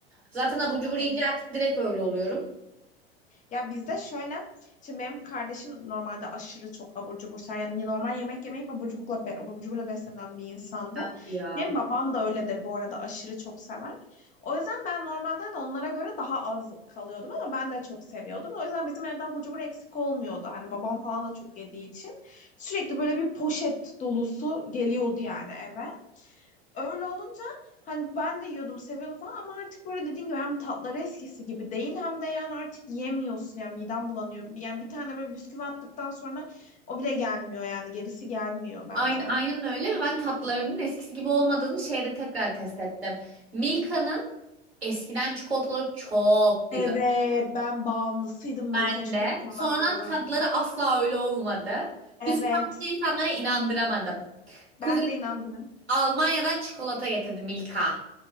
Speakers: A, on the right; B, on the left.
A: Zaten abur cubur yiyince
B: Hı.
A: artık direkt öyle oluyorum.
B: Ya bizde şöyle, şimdi benim kardeşim normalde aşırı çok abur cubur sever. Yani normal yemek yemeyip abur cuburla, be- abur cuburla beslenen bir insandı.
A: Bu ya.
B: Benim babam da öyledir bu arada aşırı çok sever. O yüzden ben normalden onlara göre daha az kalıyordum ama ben de çok seviyordum. O yüzden bizim evde abur cubur eksik olmuyordu. Hani babam falan da çok yediği için. Sürekli böyle bir poşet dolusu geliyordu yani eve. Öyle olunca hani ben de yiyordum seviyordum falan ama artık böyle dediğin gibi hem tatları eskisi gibi değil hem de yani artık yiyemiyorsun yani midem bulanıyor. Yani bir tane böyle bisküvi attıktan sonra o bile gelmiyor yani gerisi gelmiyor bence.
A: Aynen, aynen öyle ve ben tatlarının eskisi gibi olmadığını şeyde tekrar test ettim. Milka'nın eskiden çikolataları çok güzel.
B: Evet ben bağımlısıydım Milka
A: Ben
B: çikolatalarının.
A: de. Sonradan tatları asla öyle olmadı.
B: Evet
A: Bir süre bunu insanlara inandıramadım.
B: ben
A: Kuzenim
B: de inandım.
A: Almanya'dan çikolata getirdi Milka.